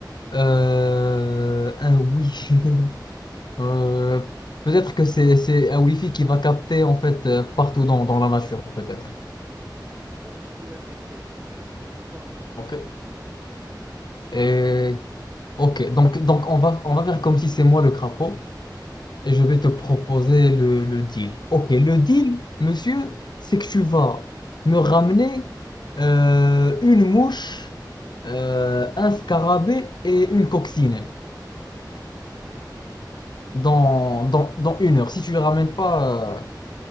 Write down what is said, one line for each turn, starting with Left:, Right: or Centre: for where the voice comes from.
Left: Euh, un Wi-Fi. <laughs> Euh, peut-être que c'est, c'est un Wi-Fi qui va capter en fait euh, partout dans, dans la nature, peut-être.
Right: Je pense que je pourrais le risquer. Je vais voir euh, comment
Left: Ok.
Right: ça marche le Wi-Fi. Sinon,
Left: Et
Right: euh,
Left: ok, donc, donc on va, on va faire comme si c'est moi le crapaud.
Right: ok,
Left: et je vais te proposer le, le deal. Ok, le deal, monsieur, c'est que tu vas me ramener euh, une mouche, euh, un scarabée et une coccinelle
Right: ok,
Left: dans, dans, dans une heure. Si tu ne les ramènes pas, euh,